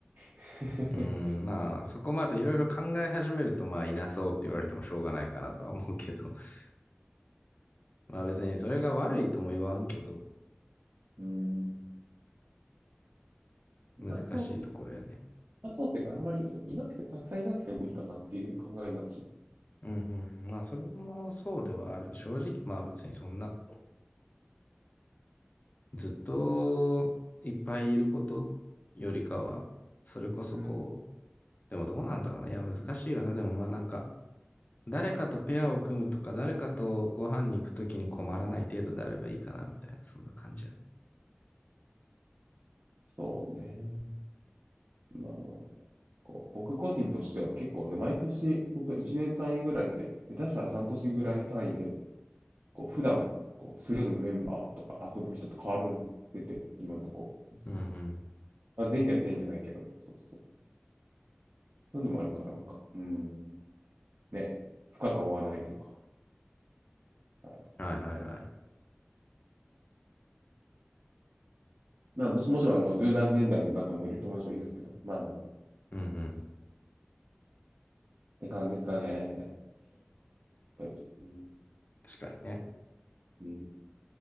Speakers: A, on the right (about 80°); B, on the left (about 40°).
A: われて。
B: うーん、まあ、そこまでいろいろ考え始めると、まあ、いなそうって言われてもしょうがないかなとは思うけど。<laughs> まあ、別にそれが悪いとも言わんけど、
A: <laughs> うーん。いなそうって、
B: 難しいところやね。
A: いなそうっていうか、あんまりいなくて、たくさんいなくてもいいかなっていう考えになってし
B: うん、うん、うんまあ、それもそうではある。正直、まあ、別にそんな、ずっといっぱいいることよりかは、
A: まっ
B: それこそこう、
A: た。うん。
B: でもどうなんだろうね。いや、難しいよな。でもまあ、なんか、誰かとペアを組むとか、誰かとご飯に行くときに困らない程度であればいいかな、みたいな、そんな感じや。
A: そうね。まあまあまこう僕個人としては結構あの毎年、本当1年単位ぐらいで、下手したら半年ぐらい単位で、こう普段こうつるむメンバーとか遊ぶ人と変わるんでて、今のとこ。そうそうそう。
B: うんうん。
A: まあ、全員じゃ全員じゃないけど、そうそう。そういうのもあるから、なんか、うーん、ね、深くは追わないというか、はい、
B: はいはいはい。
A: 感じです。まあ、もちもちろん、あの、十何年代の仲もいる、友達もいるんですけど、まあまあまあ、
B: うんうん。
A: そうそうって感じですかね、やっぱり。うん、
B: 確かにね。
A: うん、